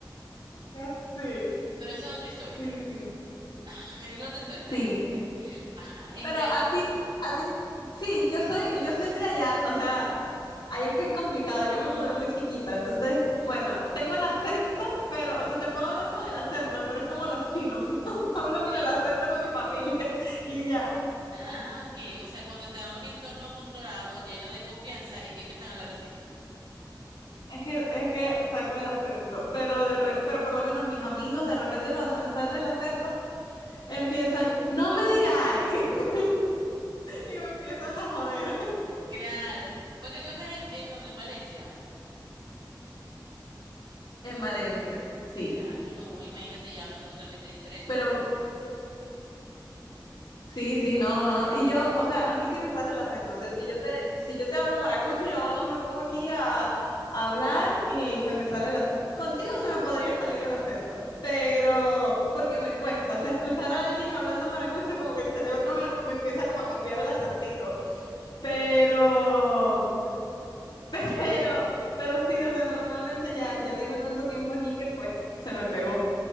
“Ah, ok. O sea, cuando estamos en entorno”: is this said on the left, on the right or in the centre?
Right